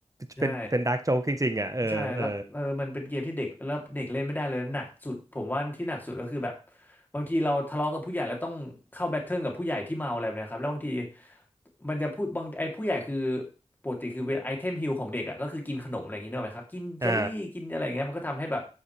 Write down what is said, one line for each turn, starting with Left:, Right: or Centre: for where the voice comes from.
Left: ใช่
Right: เป็นเป็นดาร์กโจ๊กจริงๆอ่ะเออเออ
Left: ใช่แล้วเออมันเป็นเกมที่เด็กแล้วเด็กเล่นไม่ได้เลยหนักสุดผมว่าที่หนักสุดก็คือแบบบางทีเราทะเลาะกับผู้ใหญ่แล้วต้องเข้าแบทเทิลกับผู้ใหญ่ที่เมาอะไรแบบเนะครับแล้วบางทีมันจะพูดบางไอ้ผู้ใหญ่คือปกติคือเวลาไอเทมฮิลของเด็กอ่ะก็คือกินขนมอะไรอย่างงี้เนกอะไหมครับกินเจลลี่กินอะไรอย่างเงี้ยมันก็ทำให้แบบ
Right: อ่า